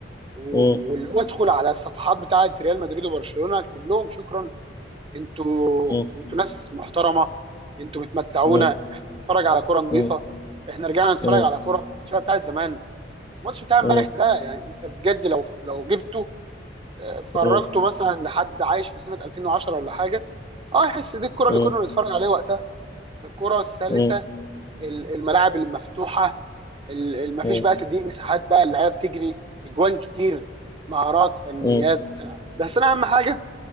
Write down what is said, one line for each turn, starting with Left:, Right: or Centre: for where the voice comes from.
Right: و-
Left: مم،
Right: واللي هو ادخل على الصفحات بتاعه ريال مدريد وبرشلونه اكتب لهم شكرا انتوا
Left: مم،
Right: انتوا ناس محترمه انتوا بتمتعونا
Left: مم،
Right: نتفرج على كرة نظيفة
Left: مم،
Right: احنا رجعنا نتفرج
Left: مم،
Right: على كرة شبه بتاعت زمان الماتش بتاع امبارح
Left: مم،
Right: ده يعني انت بجد لو لو جبته آه، فرجته
Left: مم،
Right: مثلا لحد عايش في سنة 2010 ولا حاجة اه يحس دي الكرة
Left: مم،
Right: اللي كنا بنتفرج عليها وقتها الكرة السلسة
Left: مم،
Right: ال- الملاعب المفتوحة ما فيش
Left: مم،
Right: بقى تضييق مساحات بقى اللعيبة بتجري اجوان كتير مهارات فنيات
Left: مم،
Right: بتلعب بس انا اهم حاجة